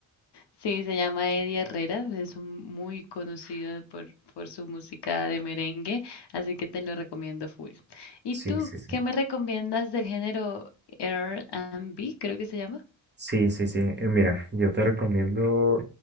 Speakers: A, on the left (about 55°); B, on the right (about 20°).
A: Sí, se llama Eddie Herrera, es un- muy conocido por, por su música de merengue, así que te lo recomiendo full. ¿Y
B: Sí,
A: tú,
B: sí, sí.
A: qué me recomiendas del género R and B, creo que se llama?
B: Sí, sí, sí. Eh, mira, yo te recomiendo,